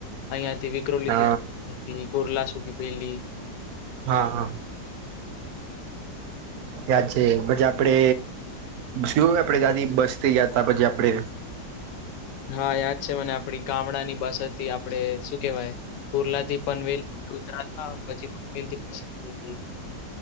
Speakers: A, on the left; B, on the right.
A: અહિયાથી વિ. ક્રોલી
B: અ
A: કોરલા સુધી પેલી.
B: હા હા. યાદ છે પછી આપડે. શું આપડે દાદી બસથી ગયાતા પછી આપડે.
A: હા યાદ છે મને આપડી ગામડા ની બસ હતી. આપડે શું કેવાય કુર્લા થી પનવેલ ઉતરા થા પછી પનવેલ થી પછી બસ લીધી.